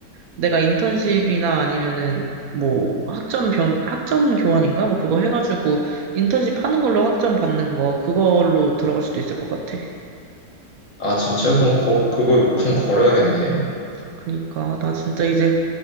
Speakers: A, on the right (about 70°); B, on the left (about 60°).
A: 내가 인턴십이나 아니면은 뭐 학점 병 학점 교환인가 뭐 그거 해가지고 인턴십 하는 걸로 학점 받는 거 그걸로 들어갈 수도 있을 것 같아.
B: 아, 진짜? 그럼 거, 그거에 목숨 걸어야겠네.
A: 그니까 나 진짜 이제